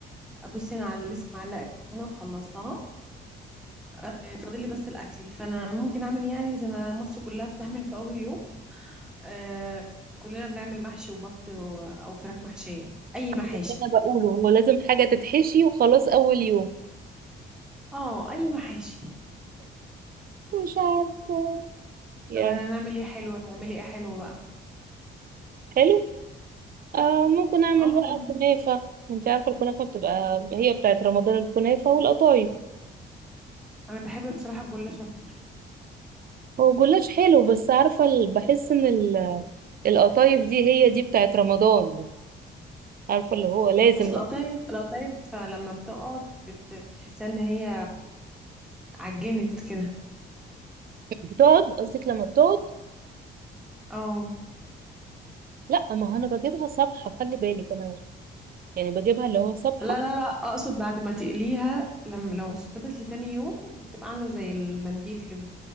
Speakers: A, in the centre; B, on the right.
A: بصي انا على لسه معلقه هنا وخلصتها آه، فاضل لي بس الاكل فانا ممكن اعمل يعني زي ما مصر كلها بتعمل في اول يوم آه، كلنا بنعمل محشي وبط و- او فراخ محشيه اي محاشي
B: بس انا بقوله هو لازم حاجه تتحشي وخلاص اول يوم
A: اه اي محاشي
B: مش عارفه يعني
A: طب هنعمل ايه حلو هتعملي ايه حلو بقى
B: حلو آه ممكن اعمل
A: اه
B: بقى
A: حلو
B: كنافه انت عارفه الكنافه بتبقى هي بتاعت رمضان الكنافه والقطايف
A: انا بحب بصراحه الجلاش اكتر
B: هو جلاش حلو بس عارفه ال- بحس ان ال القطايف دي هي دي بتاعت رمضان عارفه اللي هو لازم
A: اصل
B: لا
A: القطايف القطايف لما بتقعد بت- بتحسها ان هي عجنت كده
B: بتقعد قصدك لما بتقعد
A: اه
B: لا ما هو انا بجيبها صبحه خلي بالك انا يعني بجيبها اللي هو صبحه
A: لا لا لا اقصد بعد ما تقليها لما لو ثبتت لتاني يوم بتبقى عامله زي المنديل كده